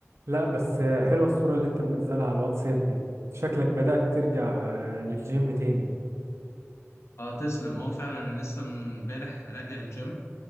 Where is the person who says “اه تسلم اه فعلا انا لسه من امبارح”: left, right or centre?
Left